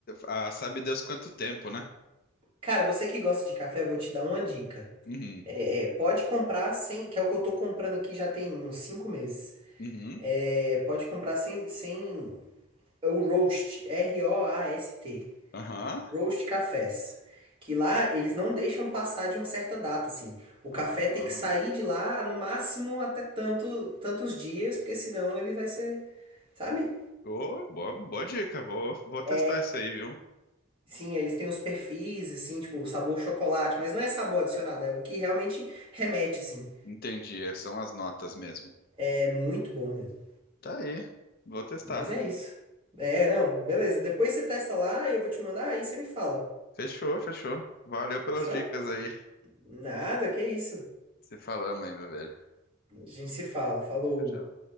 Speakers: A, on the left (about 45°); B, on the right (about 25°).
A: ah, sabe Deus quanto tempo, né?
B: cara, você que gosta de café, eu vou te dar uma dica.
A: Uhum,
B: É, é, pode comprar sem, que é o que eu tô comprando aqui já tem uns 5 meses.
A: uhum,
B: É, pode comprar sem, sem o roast, R-O-A-S-T.
A: aham,
B: roast cafés, que lá eles não deixam passar de uma certa data, assim. O café
A: ah,
B: tem que sair de lá no máximo até tanto, tantos dias, porque senão ele vai ser, sabe?
A: Ô, boa, boa dica, vou, vou testar
B: É,
A: isso aí, viu?
B: sim, eles têm os perfis, assim, tipo, sabor chocolate, mas não é sabor adicionado, é o que realmente remete, assim.
A: Entendi, é, são as notas mesmo.
B: É muito bom mesmo.
A: Tá aí, vou testar.
B: Mas é isso. É, não, beleza. Depois você testa lá e eu vou te mandar, aí você me fala.
A: Fechou, fechou. Valeu pelas
B: Fechou?
A: dicas aí.
B: Nada, que isso.
A: Se falamos aí, meu velho.
B: A gente se fala. Falou.
A: Tchau, tchau.